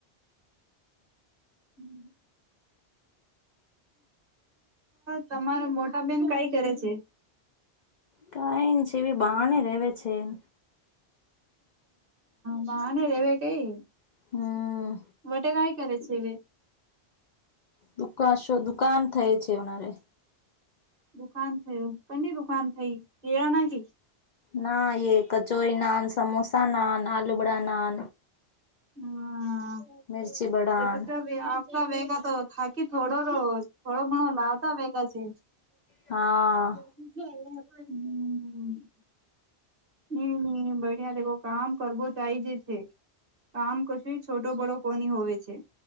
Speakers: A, on the right (about 55°); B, on the left (about 50°).
A: હમ તમારા મોટા બેેન કઈ કરે છે.
B: કઈ ન છેવી બાણે ર રહે છે એમ
A: બાને રેવે કઈ
B: હમ
A: વટ કઈ કરે છે એવે
B: દુક શો દુકાન થય છેવનારે
A: દુકાન થયું કની દુકાન થઈ કેળા ના કે
B: ના એ કચોરી નાન સમોસા નાન આલુ બડા ના
A: હા
B: મિર્ચી બડાન
A: આપ વેગા તો થાકી થોડો થોડો ઘણો લાવતા વેગા છે.
B: હા
A: છ પણ હમ હ ન બ્યા કામ કરવો ચઇ જ છે. કામ કશું છોટો બળો કોની હોવે છે.